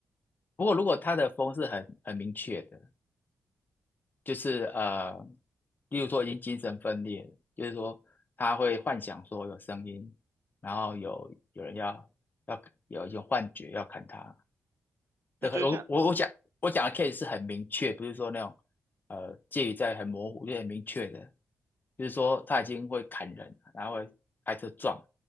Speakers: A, on the left; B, on the right.
A: 不过如果他的风是很很明确的，就是呃，例如说已经精神分裂了就是说他会幻想说有声音，然后有有人要要有一种幻觉要砍他，
B: 那就像，
A: 对，我我我讲我讲的 case 是很明确，不是说那种呃介于在很模糊，就很明确的，就是说他已经会砍人，然后会开车撞，